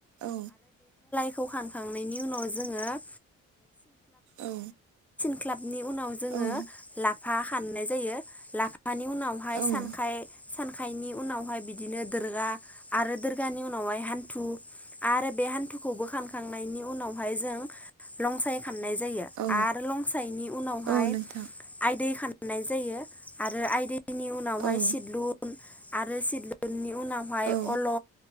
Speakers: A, on the right; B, in the centre.
A: औ
B: <unintelligible> खानखांनायनि उनाव जोङो
A: औ
B: <unintelligible> <unintelligible> उनाव जोङो
A: औ
B: लाफा खाननाय जायो लाफानि उनावहाय
A: औ
B: सानखाय सानखायनि उनावहाय बिदिनो दोर्गा आरो दोर्गानि उनावहाय हान्थु आरो बे हान्थुखौ बोखाखांनायनि उनावहाय जों लंसाय खाननाय जायो आरो
A: औ
B: लंसायनि उनावहाय
A: औ नोंथां
B: आइदै खाननाय जायो आरो आइदै बिनि उनावहाय
A: औ
B: सिदलुन आरो सिदलुननि उनावहाय
A: औ
B: अल